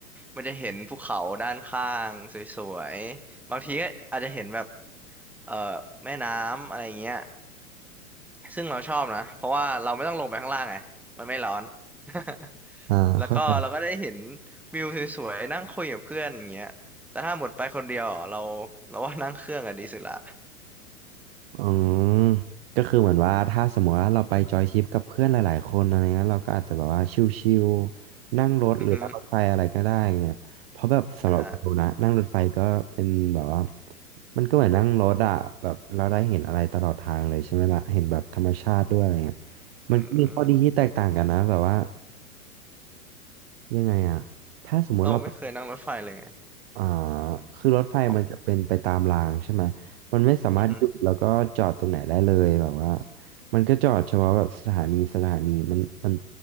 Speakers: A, in the centre; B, on the right.
A: มันจะเห็นภูเขาด้านข้างสวยๆบางทีก็อาจจะเห็นแบบเอ่อแม่น้ำอะไรเงี้ย ซึ่งเราชอบนะเพราะว่าเราไม่ต้องลงไปข้างล่างไงมันไม่ร้อน <laughs>
B: อ่าเข้าใจ
A: แล้วก็เราก็ได้เห็นวิวสวยๆนั่งคุยกับเพื่อนอย่างเงี้ยแต่ถ้าหมดไปคนเดียวอ่ะเราเราว่านั่งเครื่องอะดีสุดละ
B: อืมก็คือเหมือนว่าถ้าสมมติว่าเราไปจอยทริปกับเพื่อนหลายๆคนอะไรเงี้ยเราก็อาจจะแบบว่าชิลๆนั่งรถหรือนั่งรถไฟอะไรก็ได้เนี่ยเพราะแบบสำหรับเรานะนั่งรถไฟก็เป็นแบบว่า
A: อือฮึอ่าฮะ
B: มันก็เหมือนนั่งรถอะแบบเราได้เห็นอะไรตลอดทางเลยใช่ไหมล่ะเห็นแบบธรรมชาติด้วยอะไรเงี้ย
A: อืม
B: มันก็มีข้อดีที่แตกต่างกันนะแบบว่ายังไงอะถ้าสมมติเรา
A: เราไม่เคยนั่งรถไฟเลยไง
B: อ่าคือรถไฟมันจะเป็นไปตามรางใช่ไหม
A: อ๋อ
B: มันไม่สามารถหยุดแล้วก็จอดตรงไหนได้เลยแบบว่า
A: อือฮึ
B: มันก็จอดเฉพาะแบบสถานีสถานีมันมัน